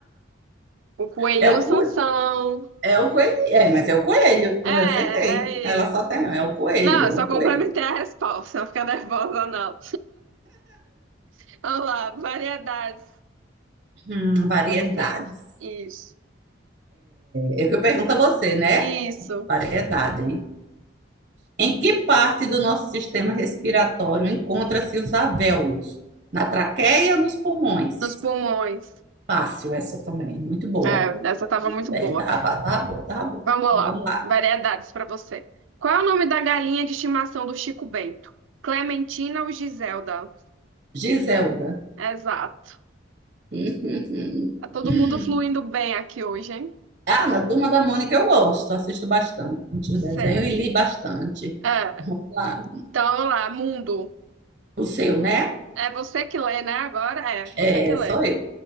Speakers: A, on the right; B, on the right.
A: O coelhinho
B: É o
A: e o Sansão.
B: co, É o coelho. É, mas é o coelho. Eu
A: É, é
B: acertei. Ela
A: isso.
B: só tem. É o coelho.
A: Não, eu só
B: o coelho.
A: complementei a resposta, não fica nervosa, não. <laughs> Vamos lá, variedades.
B: Hum, variedades.
A: É você? Isso.
B: É é o que eu pergunto a você, né?
A: Isso.
B: Variedade, hein? Em que parte do nosso sistema respiratório encontra-se os alvéolos? Na traqueia ou nos pulmões?
A: Nos pulmões.
B: Fácil essa também, muito boa.
A: É, essa tava
B: Muito
A: muito
B: bem,
A: boa.
B: tava, tava boa, tava boa.
A: Vamos
B: Vamos
A: lá,
B: lá.
A: variedades pra você. Qual é o nome da galinha de estimação do Chico Bento? Clementina ou Giselda?
B: Giselda.
A: Exato.
B: <laughs>
A: Tá todo mundo fluindo bem aqui hoje, hein?
B: Ah, na Turma da Mônica eu gosto, assisto bastante o
A: Sei.
B: desenho e li bastante.
A: É,
B: Vamos lá.
A: então, vamos lá, mundo.
B: O seu, né?
A: É você que lê, né? Agora é, você
B: É,
A: que lê.
B: sou eu.